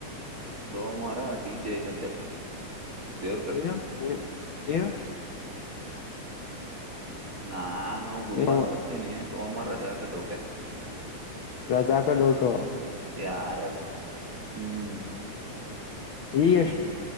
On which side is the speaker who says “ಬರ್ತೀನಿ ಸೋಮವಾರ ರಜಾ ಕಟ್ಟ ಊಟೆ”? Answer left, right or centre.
Right